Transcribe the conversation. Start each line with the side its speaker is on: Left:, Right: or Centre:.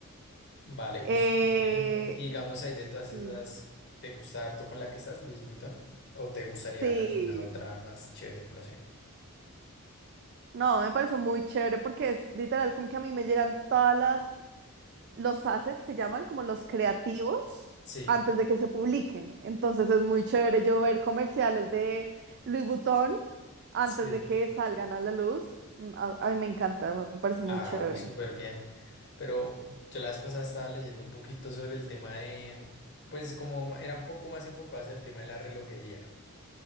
Left: Vale, uff,
Right: Eh,
Left: súper bien. Y digamos ahí de todas
Right: sí.
Left: esas, ¿te gusta harto con la que estás, Luis Vuitton? ¿O te gustaría
Right: Sí.
Left: en alguna otra más chévere? No sé.
Right: No, me parece muy chévere porque es literal como que a mí me llegan todas las los assets se llaman como los creativos
Left: Sí,
Right: antes de que se publiquen. Entonces es muy chévere yo ver comerciales de Louis Vuitton antes
Left: sí.
Right: de que salgan a la luz. Mm, A, a mí me encanta, me parece muy
Left: Ah,
Right: chévere.
Left: uy, súper bien. Pero yo la vez pasada estaba leyendo un poquito sobre el tema de, pues como ma- era un poco más enfocado hacia el tema de la relojería